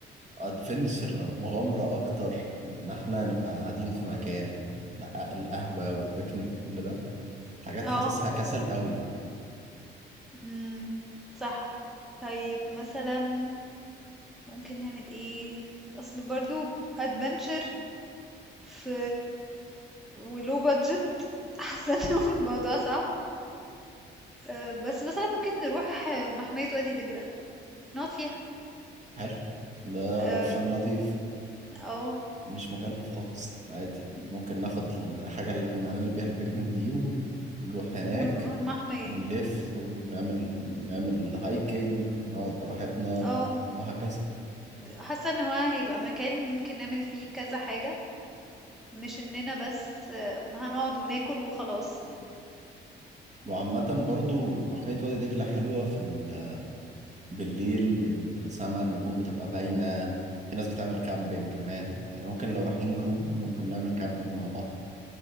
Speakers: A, on the right; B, in the centre.
A: ادفنتشر أو مغامرة أكتر من إن إحنا نبقى قاعدين في مكان يعني لا، القهوة والبيكنيك وكل ده حاجات
B: اه
A: حاسسها كسل قوي يعني
B: مم. صح طيب مثلا ممكن نعمل ايه اصل برضو ادفنتشر في ولو بادجت <laughs> حاسه ان الموضوع صعب أه، بس مثلا ممكن نروح أه، محمية وادي دجلة نقعد فيها
A: حلو ده
B: أم،
A: أوبشن لطيف
B: او
A: مش مكلف خالص عادي يعني
B: ن-
A: ممكن ناخد الحاجة اللي كنا هنعمل بيها البيكنيك دي ونروح هناك
B: ونروح المحمية
A: ونلف ونعمل نعمل هايكنج ونقعد براحتنا
B: اه
A: وهكذا
B: حاسه ان هو هيبقى مكان ممكن نعمل فيه كذا حاجة مش اننا بس أه، هنقعد وناكل وخلاص يعني
A: وعامة برضو محمية وادي دجلة حلوة في ال... بالليل السما النجوم بتبقى باينة في ناس بتعمل كامبينج كمان يعني ممكن لو رايحين جروب ممكن نعمل كامبينج مع بعض